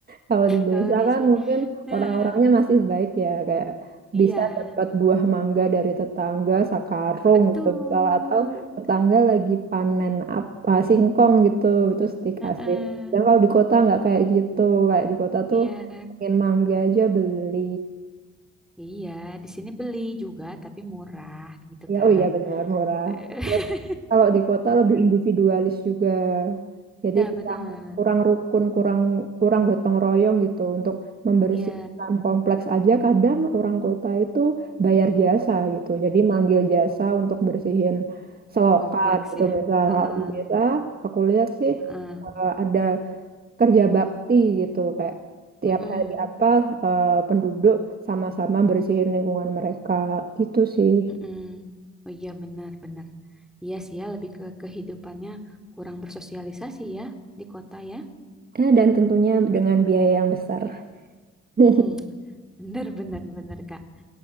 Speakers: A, on the right; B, in the centre.
A: Kalau di desa
B: Kalau di
A: kan
B: sini
A: mungkin
B: Heeh,
A: orang-orangnya masih baik ya, kayak
B: iya,
A: bisa dapat buah mangga dari tetangga sakarung
B: betul.
A: gitu misal atau tetangga lagi panen apa singkong gitu terus dikasih.
B: Heeh.
A: Dan kalau di kota nggak kayak gitu, kayak di kota tuh
B: Iya,
A: pengen mangga aja beli.
B: iya, di sini beli juga tapi murah gitu,
A: Ya,
B: Kak.
A: oh iya benar murah.
B: <laughs>
A: Terus kalau di kota lebih individualis juga. Jadi
B: Iya,
A: kurang
B: bener.
A: kurang rukun, kurang kurang gotong royong gitu untuk membersihkan
B: Iya,
A: kompleks aja kadang orang kota itu bayar jasa gitu. Jadi manggil jasa untuk bersihin selokan
B: kompleks
A: gitu
B: ya.
A: misal
B: Heeh,
A: kalau di desa aku lihat sih
B: heeh,
A: eh, ada kerja bakti gitu kayak tiap
B: mm-mm,
A: hari apa eh, penduduk sama-sama bersihin lingkungan mereka gitu sih.
B: mm-mm. Oh iya, benar-benar. Iya sih ya, lebih ke kehidupannya kurang bersosialisasi ya di kota ya.
A: Eh, dan tentunya dengan biaya yang besar. <laughs>
B: Mm-mm. Bener, bener, bener, Kak.